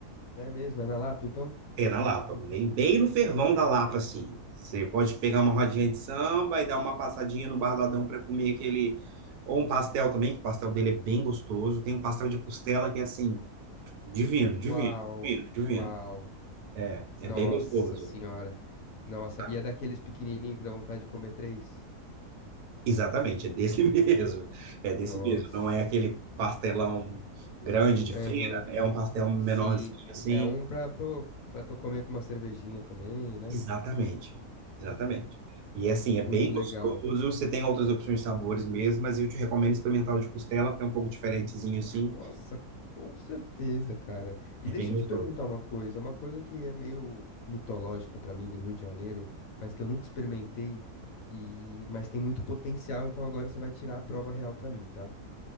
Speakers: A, on the left; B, on the right.
A: é mesmo? É na Lapa, então?
B: É na Lapa, bem, bem no fervão da Lapa, assim. Você pode pegar uma rodinha de samba e dar uma passadinha no Bar do Adão para comer aquele. Ou um pastel também, que o pastel dele é bem gostoso. Tem um pastel de costela que é assim, divino, divino,
A: Uau,
B: divino, divino.
A: uau.
B: É, é
A: Nossa
B: bem gostoso.
A: senhora. Nossa,
B: tá?
A: e é daqueles pequenininhos que dá vontade de comer três?
B: Exatamente, é desse <laughs> mesmo. É desse
A: Nossa.
B: mesmo. Não é aquele pastelão grande de
A: Aham,
B: feira, é um pastel menorzinho
A: sim.
B: assim.
A: É um pra, pro, pra tu comer com uma cervejinha também, né?
B: Exatamente, exatamente. E é assim, é bem
A: Muito legal.
B: gostoso. Você tem outras opções de sabores mesmo, mas eu te recomendo experimentar o de costela, porque é um pouco diferentezinho assim,
A: Nossa, com certeza, cara. E
B: é
A: deixa
B: bem gostoso.
A: eu te perguntar uma coisa, uma coisa que é meio mitológica pra mim do Rio de Janeiro, mas que eu nunca experimentei, e mas tem muito potencial, então agora você vai tirar a prova real pra mim, tá?